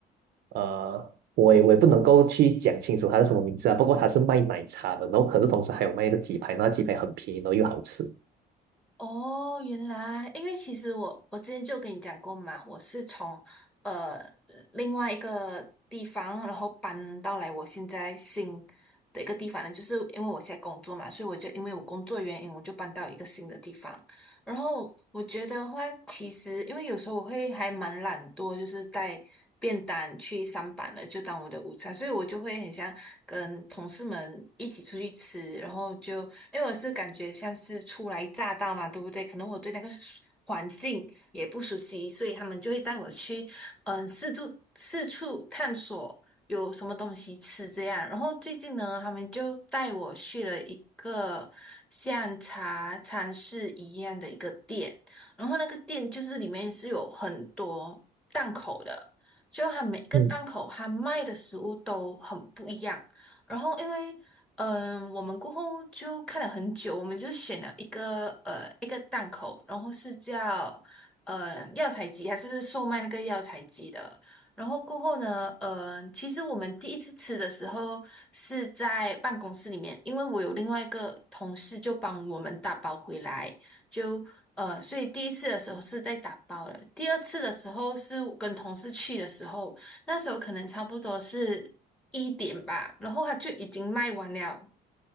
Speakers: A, on the right (about 70°); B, in the centre.
A: 呃，我也我也不能够去讲清楚它是什么名字啊，不过它是卖奶茶的，然后可是同时还有卖一个鸡排，那鸡排很便宜，然后又好吃。
B: 哦，原来，因为其实我我之前就跟你讲过嘛，我是从呃另外一个地方，然后搬到来我现在新的一个地方呢，就是因为我现在工作嘛，所以我就因为我工作原因，我就搬到一个新的地方。然后我觉得话，其实因为有时候我会还蛮懒惰，就是带便当去上班了，就当我的午餐，所以我就会很想跟同事们一起出去吃，然后就因为我是感觉像是初来乍到嘛，对不对？可能我对那个环境也不熟悉，所以他们就会带我去嗯四处四处探索。有什么东西吃这样。然后最近呢，他们就带我去了一个像茶餐室一样的一个店，然后那个店就是里面是有很多档口的，就它每个档口它卖的食物都很不一样。
A: 嗯
B: 然后因为嗯，我们过后就看了很久，我们就选了一个呃一个档口，然后是叫呃药材鸡，还是售卖那个药材鸡的。然后过后呢，呃，其实我们第一次吃的时候是在办公室里面，因为我有另外一个同事就帮我们打包回来，就呃，所以第一次的时候是在打包了，第二次的时候是我跟同事去的时候，那时候可能差不多是一点吧，然后他就已经卖完了。